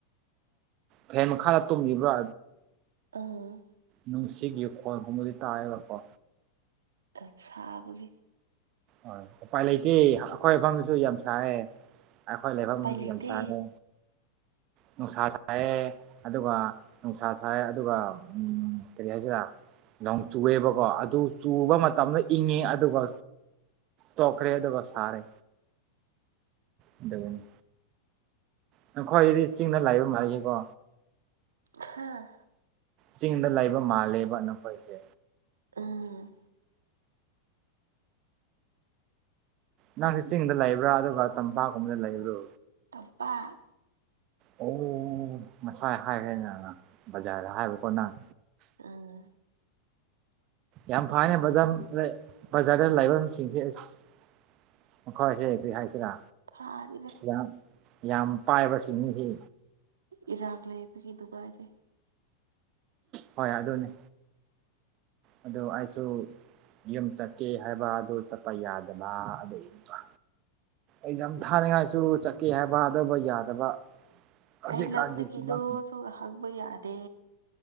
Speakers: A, on the right (about 40°); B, on the right (about 70°).
A: ꯐꯦꯟ ꯃꯈꯥꯗ ꯇꯨꯝꯔꯤꯕ꯭ꯔꯥ
B: ꯎꯝ
A: ꯅꯨꯡꯁꯤꯠꯒꯤ ꯈꯣꯜꯒꯨꯝꯕꯗꯤ ꯇꯥꯑꯦꯕꯀꯣ
B: ꯑꯗꯨꯝ ꯁꯥꯕꯒꯤ
A: ꯍꯣꯏ ꯎꯄꯥꯏ ꯂꯩꯇꯦ ꯑꯩꯈꯣꯏ ꯃꯐꯝꯗꯁꯨ ꯌꯥꯝ ꯁꯥꯏꯑꯦ ꯑꯩꯈꯣꯏ ꯂꯩꯐꯝꯁꯨ
B: ꯎꯄꯥꯏ ꯂꯩꯇꯦ
A: ꯌꯥꯝ ꯁꯥꯏꯌꯦ ꯅꯨꯡꯁꯥ ꯁꯥꯏꯌꯦ ꯑꯗꯨꯒ ꯅꯨꯡꯁꯥ ꯁꯥꯏ ꯑꯗꯨꯒ ꯎꯝ ꯀꯔꯤ ꯍꯥꯏꯁꯤꯔꯥ ꯅꯣꯡ ꯆꯨꯑꯦꯕꯀꯣ ꯑꯗꯨ ꯆꯨꯕ ꯃꯇꯝꯗ ꯏꯪꯉꯦ ꯑꯗꯨꯒ ꯇꯣꯛꯈ꯭ꯔꯦ ꯑꯗꯨꯒ ꯁꯥꯔꯦ ꯑꯗꯨꯒꯤꯅꯤ ꯅꯪꯈꯣꯏꯗꯤ ꯆꯤꯡꯅ ꯂꯩꯕ ꯃꯥꯂꯦꯀꯣ
B: ꯍꯥꯥ
A: ꯆꯤꯡꯗ ꯂꯩꯕ ꯃꯥꯜꯂꯦꯕ ꯅꯈꯣꯏꯁꯦ
B: ꯎꯝ
A: ꯅꯪꯁꯦ ꯆꯤꯡꯗ ꯂꯩꯕ꯭ꯔꯥ ꯑꯗꯨꯒ ꯇꯝꯄꯥꯛꯀꯨꯝꯕꯗ ꯂꯩꯕ꯭ꯔꯣ
B: ꯇꯝꯄꯥꯛ
A: ꯑꯣ ꯉꯁꯥꯏ ꯍꯥꯏꯈ꯭ꯔꯦ ꯅꯅ ꯕꯖꯥꯔꯗ ꯍꯥꯏꯕꯀꯣ ꯅꯪ
B: ꯎꯝ
A: ꯌꯥꯝ ꯐꯌꯦ ꯕꯖꯝ ꯕꯖꯥꯔꯗ ꯂꯩꯕꯁꯤꯡꯁꯦ ꯑꯁ ꯃꯈꯣꯏꯁꯦ ꯀꯔꯤ ꯍꯥꯏꯁꯤꯔꯥ
B: ꯐꯥꯔꯤꯕ
A: ꯌꯥꯝ ꯌꯥꯝ ꯄꯥꯏꯕꯁꯤꯡꯅꯦꯍꯦ
B: ꯏꯔꯥꯡ ꯂꯩꯕꯒꯤ ꯅꯨꯡꯉꯥꯏꯇꯦ
A: ꯍꯣꯏ ꯑꯗꯨꯅꯦ ꯑꯗꯨ ꯑꯩꯁꯨ ꯌꯨꯝ ꯆꯠꯀꯦ ꯍꯥꯏꯕ ꯑꯗꯨ ꯆꯠꯄ ꯌꯥꯗꯕ ꯑꯗꯨꯏꯕ ꯑꯦꯛꯖꯥꯝ ꯊꯥꯔꯤꯉꯥꯏꯁꯨ ꯆꯠꯀꯦ ꯍꯥꯏꯕ ꯑꯗꯨꯕꯨ ꯌꯥꯗꯕ ꯍꯧꯖꯤꯛꯀꯥꯟꯒꯤ
B: ꯀꯩ ꯂꯝꯗꯒꯤꯅꯣꯁꯨ
A: ꯐꯤꯕꯝ
B: ꯍꯪꯕ ꯌꯥꯗꯦ